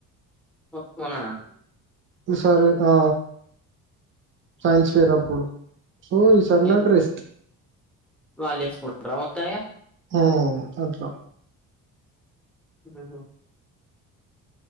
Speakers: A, in the centre; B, on the right.
A: పక్కానా
B: ఈ సరే ఆ సైన్స్ ఫేర్ అప్పుడు సో ఈసారి
A: ఇది
B: నాకు రెస్ట్
A: వాళ్ళేసుకుంటరా మొత్తం ఇగా
B: ఆ అట్లా
A: ఉహ్